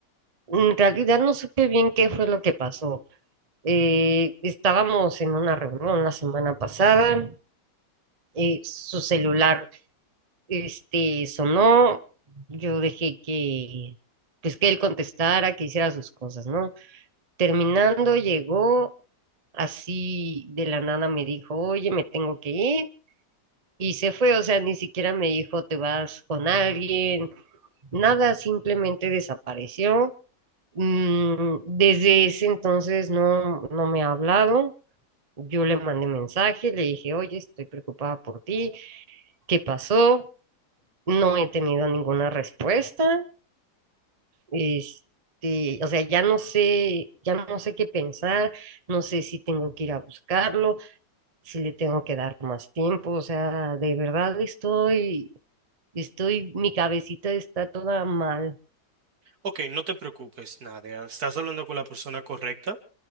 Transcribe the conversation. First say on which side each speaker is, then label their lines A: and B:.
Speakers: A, on the right (about 40°); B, on the right (about 60°).
A: en realidad no supe bien qué fue lo que pasó. Eh, estábamos en una reunión la semana pasada, eh, su celular este, sonó, yo dejé que, pues que él contestara, que hiciera sus cosas, ¿no? Terminando, llegó así de la nada, me dijo, oye, me tengo que ir, y se fue, o sea, ni siquiera me dijo, te vas con alguien, nada, simplemente desapareció. Mm, desde ese entonces no, no me ha hablado Yo le mandé mensaje, le dije, oye, estoy preocupada por ti, ¿qué pasó? No he tenido ninguna respuesta. Este, o sea, ya no sé, ya no sé qué pensar, no sé si tengo que ir a buscarlo, si le tengo que dar más tiempo, o sea, de verdad estoy, estoy, mi cabecita está toda mal.
B: Ok, no te preocupes, Nadia. Estás hablando con la persona correcta.